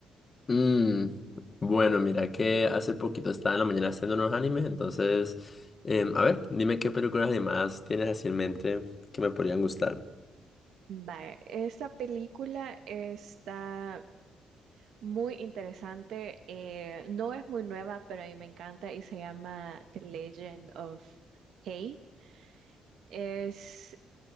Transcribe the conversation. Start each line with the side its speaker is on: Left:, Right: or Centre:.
Left: Mm, bueno, mira que hace poquito estaba en la mañana haciendo unos animes, entonces, em, a ver, dime qué películas animadas tienes así en mente que me podrían gustar.
Right: Vale, esta película está muy interesante. eh, no es muy nueva, pero a mí me encanta y se llama The Legend of Hey. Es